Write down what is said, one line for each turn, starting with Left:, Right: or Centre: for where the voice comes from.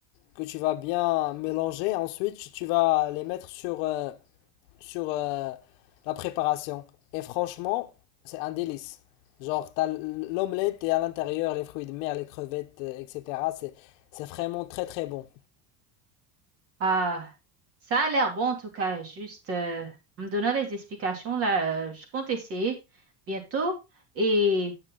Left: que tu vas bien mélanger. Ensuite, tu- vas les mettre sur, euh, sur euh, la préparation. Et franchement, c'est un délice. Genre, t'as l'omelette et à l'intérieur les fruits de mer, les crevettes, euh, etc. C'est, c'est vraiment très très bon.
Right: Ah, ça a l'air bon en tout cas. Juste euh, en me donnant des explications là, euh, je compte essayer bientôt. Et